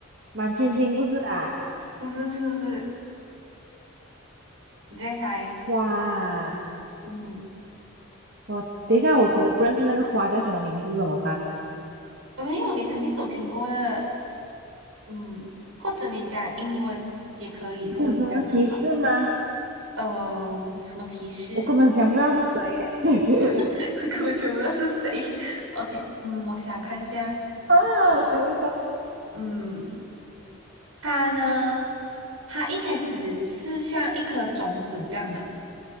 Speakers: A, on the right; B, on the right.
A: 满天星不是啊？
B: 不是不是不是，你再猜。
A: 哇，
B: 嗯，
A: 我等一下，我其实不认识那个花叫什么名字，怎么办？
B: 我没有，你肯定有听过的。嗯，或者你讲英文也可以，如果你讲的话。
A: 有什么提示吗？
B: 嗯，什么提示？
A: 我根本想不到是谁耶。<laughs>
B: <laughs> 可我想不到是谁。<laughs> OK，嗯，我想看一下。
A: 啊，我想不到。
B: 嗯。它呢，它一开始是像一颗种子这样的，